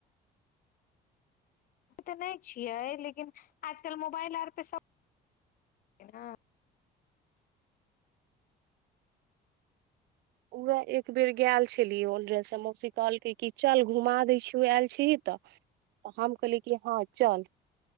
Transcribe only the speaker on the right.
उरा एक बेर ग छै ओहि समय मौसी कहलकै, चल, घुमा दै छी। आयले छीही तऽ। तऽ हम कहली कि हँ चल